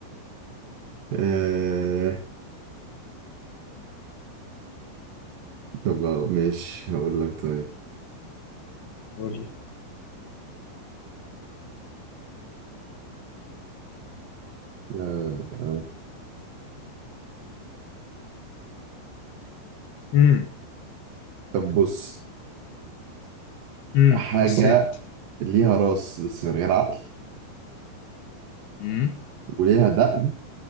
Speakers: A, on the right; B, on the left.
A: آه، طب ماشي هقول لك طيب
B: قول لي
A: آه، آه.
B: امم
A: طب بص
B: امم
A: حاجة
B: بصيت
A: ليها راس بس من غير عقل
B: امم
A: وليها دقن